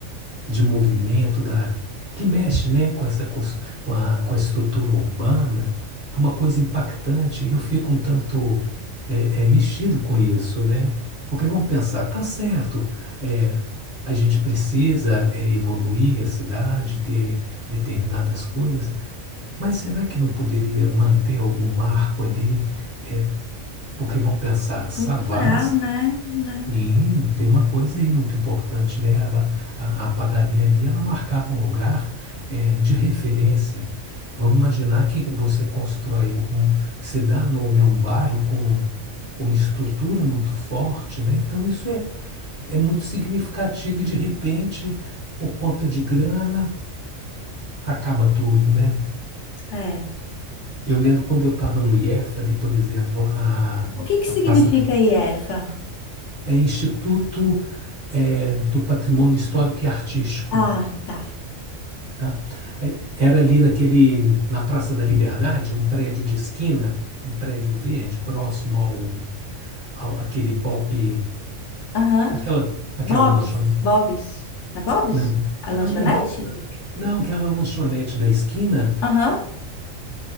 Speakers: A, on the right; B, on the left.
A: de movimento da que mexe, né, com essa cos- com a, com a estrutura urbana, é uma coisa impactante e eu fico um tanto é, é, mexido com isso, né? Porque vamos pensar, tá certo, é, a gente precisa é, evoluir a cidade, ter determinadas coisas, mas será que não poderia manter algum marco ali? É, porque vão pensar, Savassi,
B: Cultural, né? Né?
A: sim, tem uma coisa aí muito importante, né? Ela, a, a padaria ali, ela marcava um lugar é, de referência. Vamos imaginar que você constrói um, um- que se dá nome a um bairro com uma estrutura muito forte, né? Então isso é, é muito significativo e de repente, por conta de grana, acaba tudo, né?
B: É.
A: Eu lembro quando eu estava no IEF ali, por exemplo, a,
B: O que que
A: a Praça
B: significa IEFA?
A: é Instituto eh, do Patrimônio Histórico e Artístico,
B: Ah, tá.
A: tá? Aí, Era ali naquele na Praça da Liberdade, um prédio de esquina, um prédio verde próximo ao, ao aquele pop,
B: Aham.
A: aquela aquela
B: Bob's,
A: lanchonete.
B: Bob's. É Bob's?
A: Não,
B: A
A: não,
B: lanchonete?
A: não é Bob's, não, aque- não, aquela lanchonete da esquina
B: Aham.